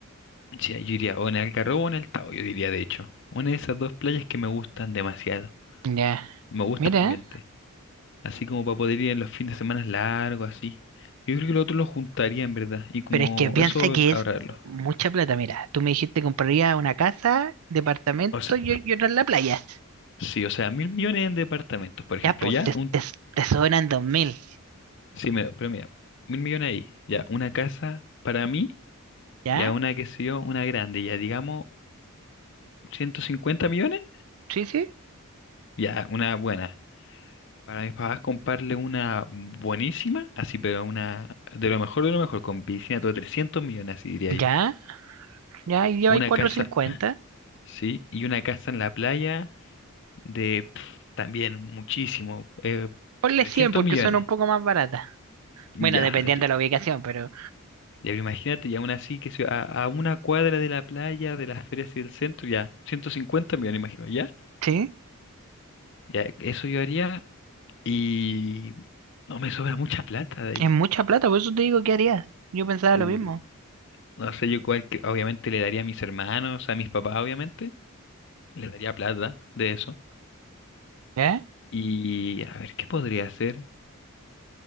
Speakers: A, on the left; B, on the right.
A: Sí, yo diría o en el Algarrobo o en el Tao, yo diría de hecho. Una de esas dos playas que me gustan demasiado.
B: Ya.
A: Me gusta
B: Mira,
A: el ambiente. Así como para poder ir en los fines de semana largos, así. Yo creo que lo otro lo juntaría en verdad. Y como
B: pero es que piensa
A: eso,
B: que es
A: ahorrarlo.
B: mucha plata. Mira, tú me dijiste que compraría una casa, departamento
A: O sea,
B: y, y otra en la playa.
A: sí, o sea, mil millones en departamentos, por ejemplo.
B: Ya, pues,
A: Ya,
B: te,
A: un.
B: te, te sobran dos mil.
A: Sí, mira, pero mira, mil millones ahí. Ya, una casa para mí.
B: ¿Ya?
A: Ya, una que sé yo, una grande. Ya, digamos, 150 millones.
B: Sí, sí.
A: Ya, una buena. Para mis papás comprarle una buenísima, así, pero una de lo mejor de lo mejor, con piscina, todo 300 millones, así diría
B: Ya.
A: yo.
B: Ya, y lleva
A: Una
B: ahí cuatrocientos
A: casa,
B: cincuenta
A: sí, y una casa en la playa de pf, también muchísimo, eh,
B: Ponle
A: 300
B: 100 porque
A: millones.
B: son un poco más baratas.
A: Ya,
B: Bueno, dependiendo
A: ya,
B: de la ubicación, pero
A: ya imagínate, ya aún así que se- a, a una cuadra de la playa, de las ferias y del centro, ya, 150 millones, imagino, ya.
B: sí,
A: Ya, eso yo haría y no me sobra mucha plata de ahí.
B: es mucha plata, por eso te digo, ¿qué harías? Yo pensaba
A: Uh,
B: lo mismo.
A: no sé, yo cuál, que- obviamente le daría a mis hermanos, a mis papás, obviamente, le daría plata de eso.
B: ¿Eh?
A: Y a ver, ¿qué podría hacer?